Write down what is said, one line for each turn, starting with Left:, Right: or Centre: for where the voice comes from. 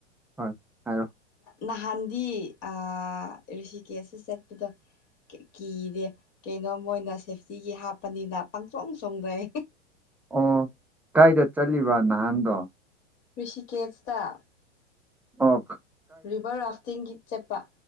Centre: ꯍꯣꯏ ꯍꯥꯏꯔꯣ
Left: ꯅꯍꯥꯟꯗꯤ ꯑꯥ ꯔꯤꯁꯤ ꯀꯦꯁꯇ ꯆꯠꯄꯗꯣ ꯀꯤ ꯀꯤꯔꯦ ꯀꯩꯅꯣ ꯃꯣꯏꯅ ꯁꯦꯐꯇꯤꯒꯤ ꯍꯥꯞꯄꯅꯤꯅ ꯄꯪꯆꯣꯡ ꯆꯣꯡꯗꯣ <unintelligible>
Centre: ꯑꯣ ꯀꯥꯏꯗ ꯆꯠꯂꯤꯕ ꯅꯍꯥꯟꯗꯣ
Left: ꯔꯤꯁꯤꯀꯦꯁꯇ
Centre: ꯑꯣ ꯈꯛ
Left: ꯔꯤꯚꯔ ꯔꯥꯐꯇꯤꯡꯒꯤ ꯆꯠꯄ